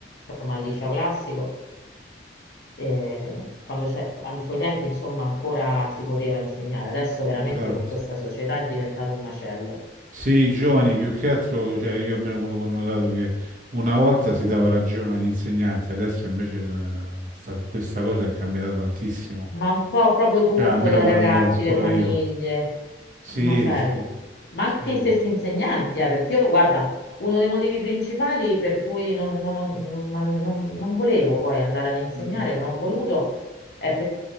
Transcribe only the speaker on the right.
esatto.
Sì, i giovani
più che altro, cioè io almeno quello che ho notato che una volta si dava ragione agli insegnanti, adesso invece eh, sta- questa cosa è cambiata tantissimo.
Cioè, almeno
quando
andavo a scuola
io. Sì,
sì,
sì.
Mhm.